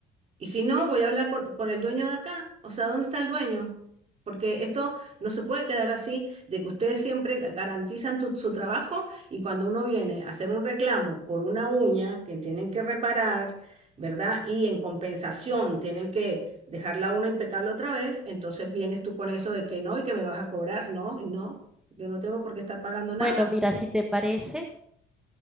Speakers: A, on the right; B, in the centre.
A: Y si no, voy a hablar con, con el dueño de acá, o sea, ¿dónde está el dueño? Porque esto no se puede quedar así, de que ustedes siempre garantizan tu- su trabajo y cuando uno viene a hacer un reclamo por una uña que tienen que reparar, ¿verdad? Y en compensación tienen que dejar la uña impecable otra vez, entonces vienes tú con eso de que no y que me vas a cobrar, no, y no, yo no tengo por qué estar pagando
B: Bueno,
A: nada.
B: mira, si te parece,